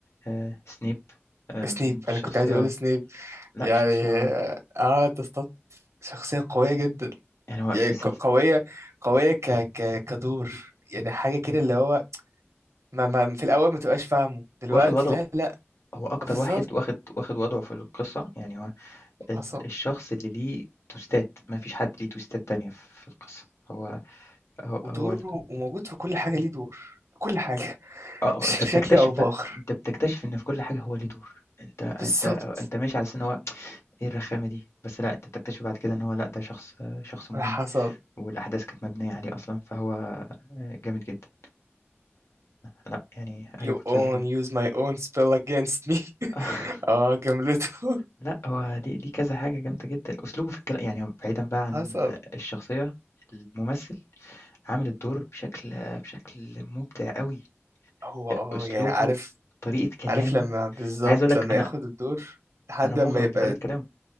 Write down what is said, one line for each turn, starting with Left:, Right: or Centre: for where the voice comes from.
Left: آآ سنيب آمم
Right: سنيب
Left: شخصية
Right: انا كنت عايز اقول سنيب
Left: لأ
Right: يعني
Left: شخصية
Right: اه تصطاد شخصية قوية جدا
Left: يعني هو
Right: يعني
Left: في السلس
Right: ق- قوية قوية ك ك كدور يعني حاجة كده اللي هو ما, ما في الأول ما تبقاش فاهمه دلوقتي
Left: واخد وضعه
Right: لا لا
Left: هو أكتر
Right: بالظبط
Left: واحد واخد واخد وضعه في القصة يعني هو ال
Right: حصل
Left: الشخص اللي ليه تويستات، ما فيش حد ليه تويستات تانية في القصة، هو هو
Right: ودوره
Left: هو ال
Right: وموجود في كل حاجة ليه دور كل حاجة
Left: آه،
Right: <laughs>
Left: آه،
Right: بشكل
Left: أنت بتكتشف
Right: أو بآخر
Left: بقى، أنت بتكتشف إن في كل حاجة هو ليه دور، أنت أنت
Right: بالظبط
Left: أنت ماشي على أساس إن هو إيه الرخامة دي، بس لأ، أنت بتكتشف بعد كده إن هو لأ، ده شخص شخص مهم،
Right: حصل
Left: والأحداث كانت مبنية عليه أصلًا، فهو جامد جدًا. فلأ، يعني هاري
Right: you
Left: بوتر
Right: own use my own spell against me <laughs>
Left: <laughs>
Right: اه جملته
Left: لأ، هو ليه ليه كذا حاجة جامدة جدًا، أسلوبه في الكلا يعني بعيدًا بقى عن
Right: حصل
Left: الشخصية، الممثل عامل الدور بشكل بشكل مُبدع أوي،
Right: هو
Left: أ
Right: اه
Left: أسلوبه،
Right: يعني عارف
Left: طريقة كلامه،
Right: عارف لما بالظبط
Left: أنا عايز أقول لك
Right: لما
Left: أنا
Right: ياخد الدور لحد
Left: أنا مُغرم
Right: ما يبقى
Left: بطريقة كلامه،